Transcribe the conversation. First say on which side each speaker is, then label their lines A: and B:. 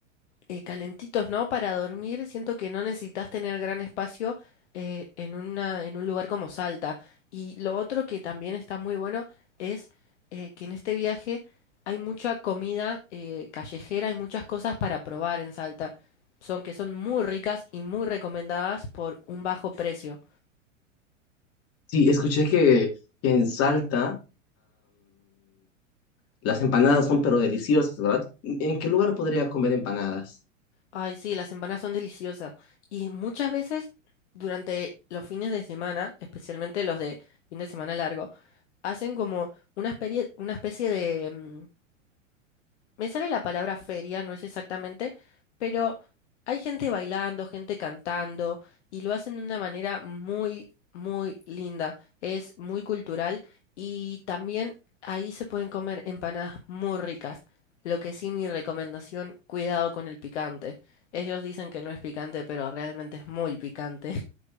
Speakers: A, on the left; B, on the left.
A: eh, calentitos, ¿no? Para dormir, siento que no necesitas tener gran espacio eh, en una, en un lugar como Salta. Y lo otro que también está muy bueno es eh, que en este viaje hay mucha comida eh, callejera, hay muchas cosas para probar en Salta. Son que son muy ricas y muy recomendadas por un bajo precio.
B: Sí, escuché que, que en Salta... Las empanadas son pero deliciosas, ¿verdad? ¿En qué lugar podría comer empanadas?
A: Ay, sí, las empanadas son deliciosas. Y muchas veces durante los fines de semana, especialmente los de fin de semana largo, hacen como una especie, una especie de... mm, Me sale la palabra feria, no es exactamente, pero hay gente bailando, gente cantando, y lo hacen de una manera muy, muy linda. Es muy cultural y también ahí se pueden comer empanadas muy ricas. Lo que sí, mi recomendación, cuidado con el picante. Ellos dicen que no es picante, pero realmente es muy picante.